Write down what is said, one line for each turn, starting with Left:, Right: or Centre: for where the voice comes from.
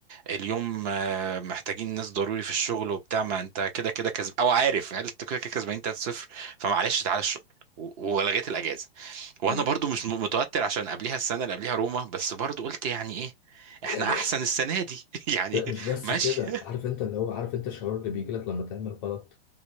Right: اليوم آه، محتاجين ناس ضروري في الشغل وبتاع ما انت كده كده كسب او عارف يعني انت كده كده كسبانين 3-0 فمعلش تعالى الشغل و- ولغيت الاجازه وانا
Left: مم.
Right: برضو مش م- متوتر عشان قبليها السنه اللي قبليها روما بس برضو قلت يعني ايه احنا
Left: يعني
Right: احسن السنه دي <laughs> يعني
Left: لا مش بس
Right: ماشي
Left: كده
Right: <laughs>
Left: عارف انت اللي هو عارف انت الشعور اللي بيجي لك لما تعمل غلط